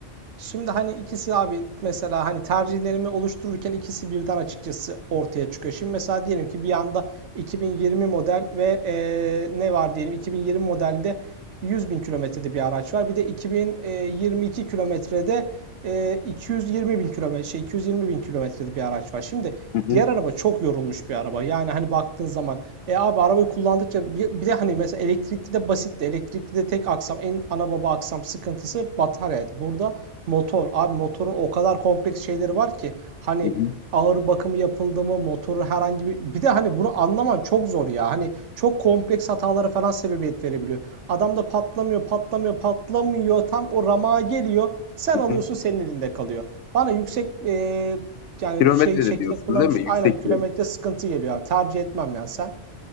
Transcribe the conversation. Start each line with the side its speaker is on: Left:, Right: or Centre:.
Right: şimdi hani ikisi abi mesela hani tercihlerimi oluştururken ikisi birden açıkçası ortaya çıkıyor. Şimdi mesela diyelim ki bir anda 2020 model ve eee, ne var diyelim 2020 modelde 100 bin kilometrede bir araç var. Bir de 2022 kilometrede eee, 220 bin kilometre şey 220 bin kilometrede bir araç var. Şimdi
Left: Hı hı,
Right: Diğer araba çok yorulmuş bir araba. Yani hani baktığın zaman e abi arabayı kullandıkça bir, bir de hani mesela elektrikli de basitti. Elektrikli de tek aksam en ana baba aksam sıkıntısı bataryaydı. Burada motor. Abi motorun o kadar kompleks şeyleri var ki hani
Left: hı hı,
Right: ağır bakımı yapıldı mı motoru herhangi bir bir de hani bunu anlaman çok zor ya. Hani çok kompleks hatalara falan sebebiyet verebiliyor. Adam da patlamıyor, patlamıyor, patlamıyor. Tam o ramağa geliyor. Sen
Left: hı
Right: alıyorsun
Left: hı.
Right: senin elinde kalıyor. Bana yüksek e, yani
Left: Kilometrede
Right: şey şekilde
Left: diyorsun
Right: kullanmış
Left: değil mi? Yüksek
Right: aynen kilometre
Left: kilometre.
Right: sıkıntı geliyor abi. Tercih etmem ya sen.